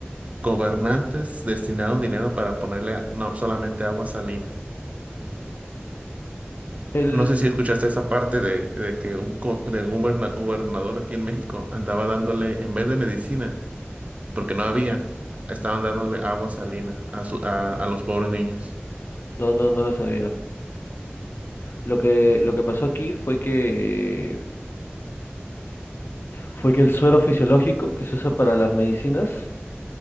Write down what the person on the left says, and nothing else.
Él,
no, no, no lo sabía. Lo que, lo que pasó aquí fue que, fue que el suero fisiológico que se usa para las medicinas,